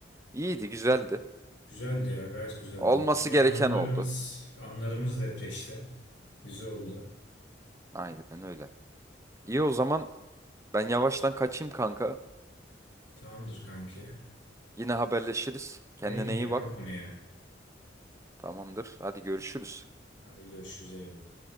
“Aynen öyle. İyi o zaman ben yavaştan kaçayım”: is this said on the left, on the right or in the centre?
Right